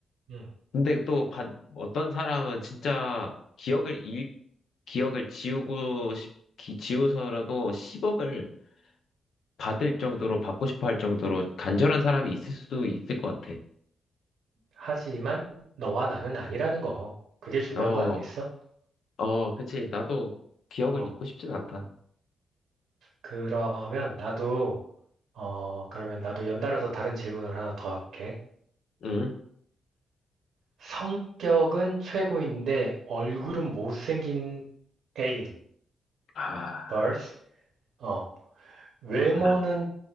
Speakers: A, on the right; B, on the left.
A: 응.
B: 근데 또 바, 어떤 사람은 진짜 기억을 잃, 기억을 지우고 싶, 기, 지우서라도 10억을 받을 정도로, 받고 싶어 할 정도로 간절한 사람이 있을 수도 있을 것 같아.
A: 하지만 너와 나는 아니라는 거. 그게 중요한
B: 어,
A: 거 아니겠어?
B: 어, 그치. 나도 기억을
A: 어.
B: 잊고 싶진 않다.
A: 그러면 나도 어 그러면 나도 연달아서 다른 질문을 하나 더 할게.
B: 응?
A: 성격은 최고인데 얼굴은 못생긴 애인,
B: 아,
A: 벌스. 어, 외모는
B: 아,